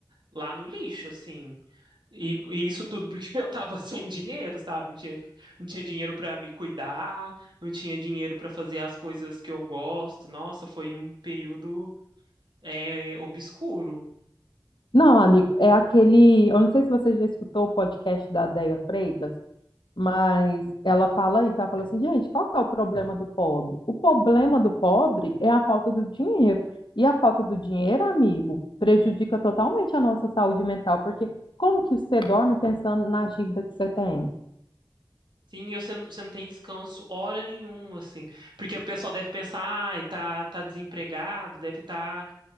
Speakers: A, on the right; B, on the left.
A: lá no lixo, assim. E, e isso tudo porque <laughs> eu tava sem dinheiro, sabe? Não tinha, não tinha dinheiro pra me cuidar, não tinha dinheiro pra fazer as coisas que eu gosto. Nossa, foi um período, é, obscuro.
B: Não, amigo, é aquele. Eu não sei se você já escutou o podcast da Déia Freitas. Mas ela fala isso, ela fala assim, gente, qual que é o problema do pobre? O problema do pobre é a falta do dinheiro. E a falta do dinheiro, amigo, prejudica totalmente a nossa saúde mental, porque como que você dorme pensando na dívida que você tem?
A: Sim, e você não você não tem descanso hora nenhuma, assim. Porque o pessoal deve pensar, ai, tá, tá desempregado, deve estar